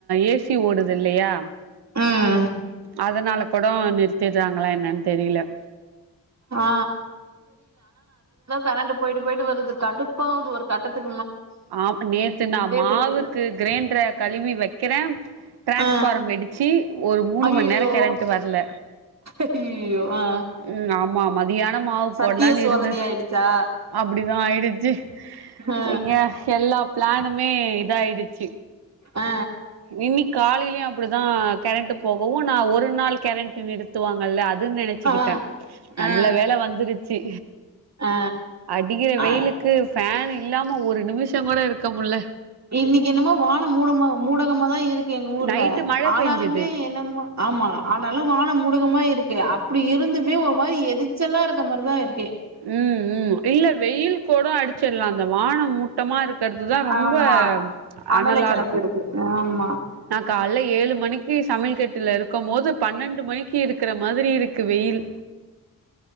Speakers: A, on the right; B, on the right.
A: ஏ சி ஓடுது இல்லையா
B: அஹ்
A: அதனால கூட நிறுத்திடுறாங்களா என்னன் தெரில
B: ஆ கரண்டு போயிட்டு போயிட்டு வருது கடுப்பாவுது ஒரு கட்டத்துக்
A: ஆமா நேத்து நா மாவுக்கு
B: தெரியல
A: கிரேண்டர கலுவி வெக்கிற டிரேன்ஸ்பாரம்
B: ஆ
A: வெடிச்சி ஒரு மூணு
B: ஐயயோ
A: மண் நேரோ‌ கரண்டு வர்ல
B: ஐயயோ ஆ
A: ம் ஆமாம் தியானோ மாவு
B: சத்திய
A: போட்லான்னு
B: சோதனை
A: இருந்த
B: ஆயிடுச்சா
A: அப்டிதா ஆயிடுச்சி
B: ஆ
A: இங்க எல்லா பிளானுமே இதாய்டிச்சி
B: ஆ
A: இனக் காலையிலயு அப்டிதா கெரண்ட்டு போகவு நா ஒரு நாள் கெரண்ட்டு நிறுத்துவாங்கல்ல அதுன் நெனச்சிக்கிட்ட
B: ஆ
A: நல்ல
B: ஆ
A: வேல வந்துருச்சி
B: ஆ
A: அடிக்கிற வெயிலுக்கு
B: ஆ
A: ஃபேன் இல்லாம ஒரு நிமிஷோ கூட இருக்கமுல்ல
B: இன்னிக்கு என்னமோ வானோ மூடம்மா மூடகமா தா இருக் கு எங்க ஊர்ல
A: நைட்டு மழ
B: ஆனாலுமே
A: பெஞ்சது
B: என்னமோ ஆமா ஆனாலு வானோ மூடகமா இருக் இருக்கே அப்டி இருந்துமே ஒர் மாரி எரிச்சலாருக்க மாரிதா இருக்குகே
A: ம் ம் இல்ல வெயில் குடோ அடிச்சட்லா அந்த வானோ மூட்டமா இருக்கிறது தா ரொம்ப
B: ஆமா அனல
A: அனலாருக்கு
B: கெளப்பிடுது ஆமா
A: நா கால்ல ஏழு மணிக்கு சமயல்கெட்டுல இருக்கும் போது பன்னெண்டு மணிக்கு இருக்கிற மாதிரி இருக்கு வெயில்